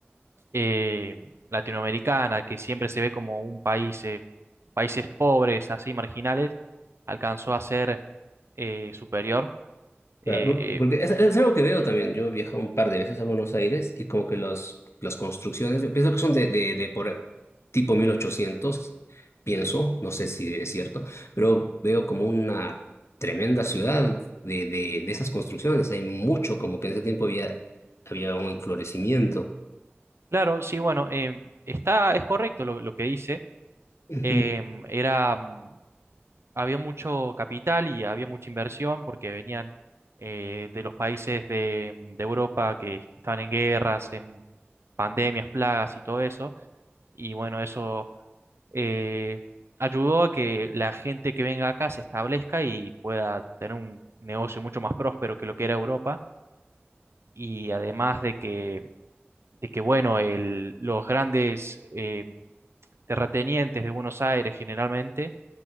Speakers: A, on the right; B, on the left.
A: eh, latinoamericana, que siempre se ve como un país, eh, países pobres, así marginales, alcanzó a ser eh, superior. Eh,
B: Claro, por- porque
A: eh,
B: es, es algo que veo también. Yo he viajado un par de veces a Buenos Aires y como que los, las construcciones, yo pienso que son de, de, de por tipo 1800 pienso, no sé si es cierto, pero veo como una tremenda ciudad de, de, de esas construcciones. Hay mucho, como que en ese tiempo había, había un enflorecimiento.
A: claro, sí, bueno, em, está, es correcto lo, lo que dice.
B: Ujú.
A: Em, era, mm, había mucho capital y había mucha inversión porque venían eh, de los países de, de Europa que estaban en guerras, en pandemias, plagas y todo eso. Y bueno, eso eh, ayudó a que la gente que venga acá se establezca y pueda tener un negocio mucho más próspero que lo que era Europa. Y además de que, de que bueno, el- los grandes eh, terratenientes de Buenos Aires generalmente